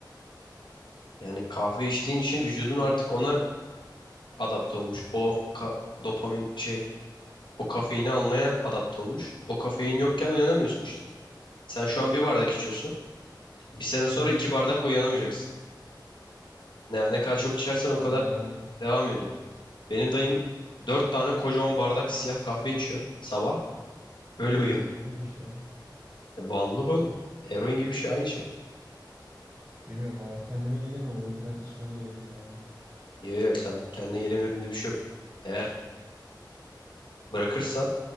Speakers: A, on the left; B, on the right.
A: Yani kahve içtiğin için vücudun artık onlar adapte olmuş. O ka- dopamin şey o kafeini almaya adapte olmuş. O kafein yokken uyanamıyorsun işte. Sen şu an bir bardak içiyorsun. Bir sene sonra
B: Evet.
A: iki bardakla uyanamayacaksın. Ne, ne kadar çok içersen o
B: Ha,
A: kadar devam ediyor. Benim dayım dört tane kocaman bardak siyah kahve içiyor sabah. Öyle uyanıyor.
B: of o neymiş ya?
A: E, bağımlılık oğlum. Eroin gibi bir şey aynı şey.
B: Bilmiyorum valla kendime gelemiyorum o yüzden içmem gerekiyor yani.
A: Ya ya sen kendine gelemiyorum diye bir şey yok. Eğer bırakırsan